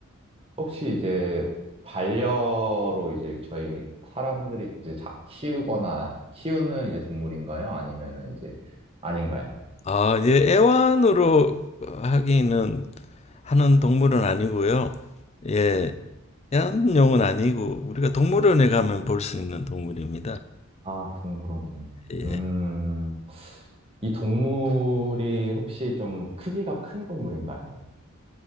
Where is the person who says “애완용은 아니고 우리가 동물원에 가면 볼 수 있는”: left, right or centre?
Left